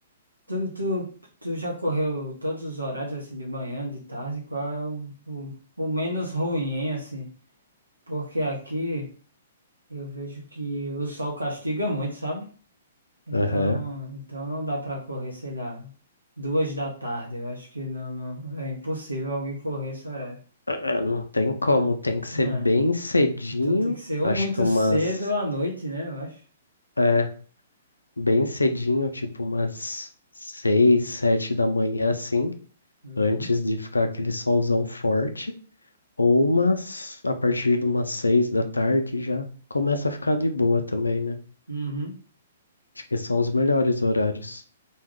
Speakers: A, on the right; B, on the left.
A: Tu, tu, tu já correu todos os horários, assim, de manhã, de tarde? Qual é o, o, o menos ruim, hein, assim? Porque aqui eu vejo que o sol castiga muito, sabe? Então,
B: Aham.
A: então não dá pra correr, sei lá, duas da tarde. Eu acho que não, não, é impossível alguém correr esse horário.
B: É, não tem como, tem que ser
A: né?
B: bem cedinho.
A: Então tem que ser ou
B: Acho
A: muito
B: que umas.
A: cedo ou à noite, né? Eu acho.
B: É, bem cedinho, tipo umas seis, sete da manhã, assim,
A: Uhum,
B: antes de ficar aquele solzão forte. Ou umas. A partir de umas seis da tarde já começa a ficar de boa também, né?
A: uhum.
B: Acho que são os melhores horários.